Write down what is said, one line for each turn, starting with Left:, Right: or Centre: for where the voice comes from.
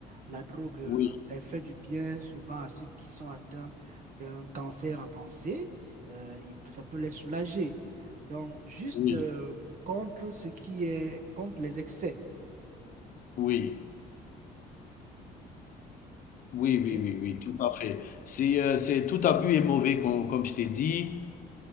Right: La drogue, euh,
Left: oui,
Right: elle fait du bien souvent à ceux qui sont atteints d'un cancer avancé, euh, il peut- ça peut les soulager. Donc, juste
Left: oui,
Right: euh, contre ce qui est, contre les excès,
Left: oui. Oui,
Right: ok
Left: oui, oui, oui, tout à fait. C'est, heu, c'est tout abus est mauvais com comme je t'ai dit.